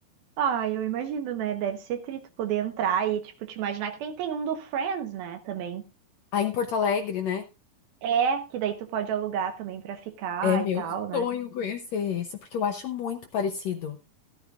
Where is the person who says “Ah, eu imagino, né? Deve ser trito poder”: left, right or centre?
Right